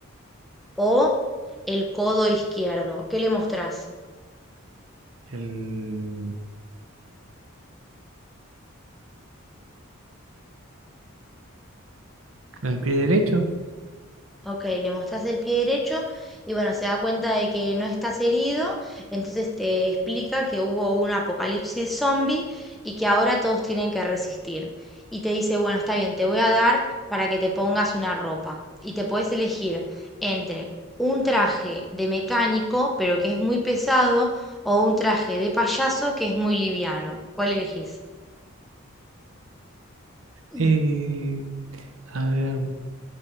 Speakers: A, in the centre; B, on the right.
A: o el codo izquierdo. ¿Qué le mostrás?
B: el, el pie derecho.
A: Ok, le mostrás el pie derecho y bueno, se da cuenta de que no estás herido, entonces te explica que hubo un apocalipsis zombie y que ahora todos tienen que resistir. Y te dice, bueno, está bien, te voy a dar para que te pongas una ropa. Y te puedes elegir entre un traje de mecánico, pero que es muy pesado, o un traje de payaso que es muy liviano. ¿Cuál elegís? Mm.
B: Y a ver,